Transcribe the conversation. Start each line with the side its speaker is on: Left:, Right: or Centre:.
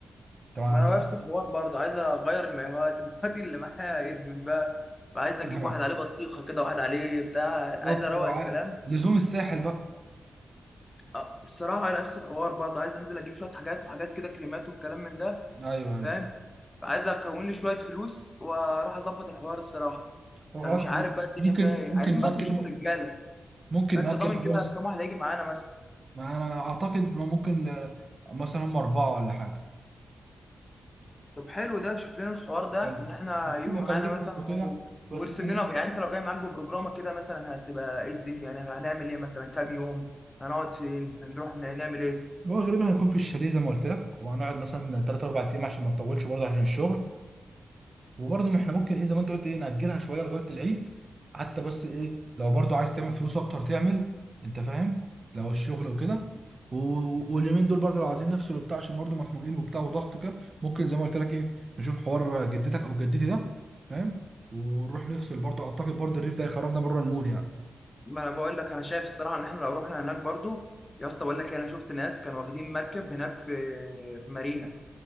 Right: طبعا
Left: ما انا نفس الحوار برضه عايز اغير المايوهات <laughs> المايوهات اللي معايا ادمت بقى وعايز اجيب
Right: أنت
Left: واحد عليه
Right: <laughs>
Left: بطيخه كده واحد عليه بتاع
Right: بالظبط
Left: عايز اروق
Right: هو
Left: الكلام
Right: ع- لزوم الساحل بقى
Left: أه، بصراحه على نفس الحوار برضه عايز انزل اجيب شويه حاجات وحاجات كده كريمات والكلام من ده
Right: ايوه ايوه
Left: فاهم عايز اكون لي شويه فلوس واروح اظبط الحوار الصراحه
Right: طب
Left: فمش
Right: خلاص احنا
Left: عارف بقى الدنيا
Right: ممكن
Left: فيها ايه
Right: ممكن
Left: عايزين
Right: نأجل
Left: بس نشوف الرجاله
Right: ممكن
Left: فانت
Right: نأجل
Left: ضامن
Right: حوار
Left: كده
Right: الس-
Left: كام واحد هيجي معانا مثلا
Right: ما انا اعتقد ما ممكن ل... مثلا هم اربعه ولا حاجه
Left: طب حلو ده شوف لنا الحوار ده
Right: ايوه
Left: ان احنا
Right: هشوف
Left: هيجوا
Right: اكلمهم
Left: معانا مثلا و...
Right: وكده بس
Left: وارسم
Right: زي ما-
Left: لنا يعني انت لو جاي معاك ببروجرامه كده مثلا هتبقى ايه الدنيا يعني هنعمل ايه مثلا كام يوم هنقعد فين هنروح ن- نعمل ايه
Right: هو غالبا هيكون في الشاليه زي ما قلت لك وهنقعد مثلا ثلاث اربع ايام عشان ما نطولش برضه عشان الشغل وبرضه ما احنا ممكن ايه زي ما انت قلت ايه نأجلها شويه لغايه العيد حتى بس ايه لو برضه عايز تعمل فلوس اكتر تعمل انت فاهم لو الشغل وكده و- واليومين دول برضه لو عايزين نفصل وبتاع عشان برضه مخنوقين وبتاع وضغط كده ممكن زي ما قلت لك ايه نشوف حوار جدتك او جدتي ده فاهم ونروح نفصل برضه اعتقد برضه الريف ده يخرجنا بره المود يعني
Left: ما انا بقول لك انا شايف الصراحه ان احنا لو رحنا هناك برضو يا اسطى بقول لك إيه، انا شفت ناس كانوا واخدين مركب هناك في في مارينا